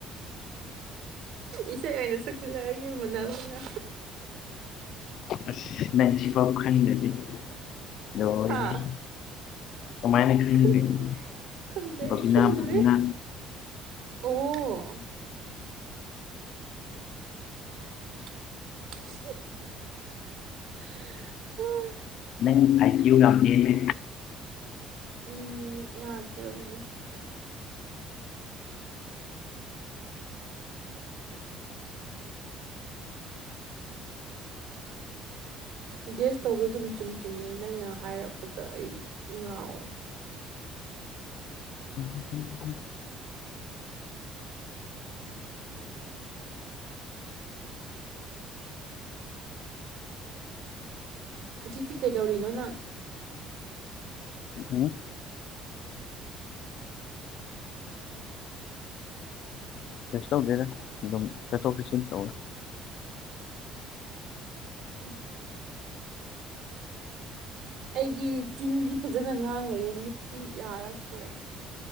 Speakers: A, on the right; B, on the left.
A: ꯏꯁꯩ ꯑꯣꯏꯅ ꯁꯛꯆꯜꯂꯑꯒꯦ ꯃ‌ꯣꯅ ꯒꯨꯝꯅ
B: ꯑꯁ ꯅꯪ ꯁꯤ ꯐꯧ ꯈꯪꯗ꯭ꯔꯗꯤ ꯂꯣꯏꯔꯦꯍꯦ
A: ꯍꯥ
B: ꯀꯃꯥꯏꯅ ꯈꯪꯗꯔꯤꯅꯣ
A: ꯈꯪ ꯈꯪꯗ꯭ꯔꯦ
B: ꯕꯕꯤꯅꯥ
A: ꯑꯩ ꯈꯪꯗ꯭ꯔꯦ
B: ꯕꯕꯤꯅꯥ
A: ꯑꯣ ꯑ
B: ꯅꯪ ꯑꯥꯏ ꯀꯌꯨ ꯌꯥꯝ ꯅꯦꯝꯃꯦ
A: ꯎꯝ ꯌꯥꯗ꯭ꯔꯥꯕꯅꯦ ꯒ꯭ꯌꯥꯁ ꯇꯧꯕꯗꯣ ꯑꯗꯨꯝ ꯆꯨꯝ ꯆꯨꯝꯃꯦ ꯅꯪꯅ ꯍꯥꯏꯔꯛꯄꯗ ꯑꯩ ꯉꯥꯎꯋꯦ
B: <inaudible>
A: ꯍꯧꯖꯤꯛꯇꯤ ꯀꯩꯗꯧꯔꯤꯅꯣ ꯅꯪ
B: ꯎꯝ ꯀꯩꯁꯨ ꯇꯧꯗꯦꯗ ꯑꯗꯨꯝ ꯆꯠꯊꯣꯛ ꯆꯠꯁꯤꯟ ꯇꯧꯋꯦ
A: <unintelligible> ꯑꯩꯗꯤ ꯆꯤꯟꯗꯤ ꯐꯖꯅ ꯉꯥꯡꯅꯔꯦ ꯃꯤꯠꯇꯤ ꯌꯥꯔꯛꯇ꯭ꯔꯦ